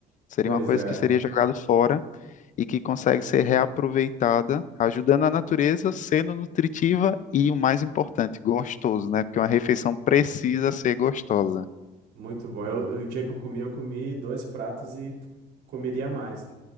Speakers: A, on the left (about 50°); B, on the right (about 80°).
A: Seria
B: Pois
A: uma coisa
B: é,
A: que seria jogado fora e que consegue ser reaproveitada, ajudando a natureza, sendo nutritiva e o mais importante, gostoso, né? Porque uma refeição precisa ser gostosa.
B: muito bom. Eu, eu- o dia que eu comi, eu comi dois pratos e comeria mais.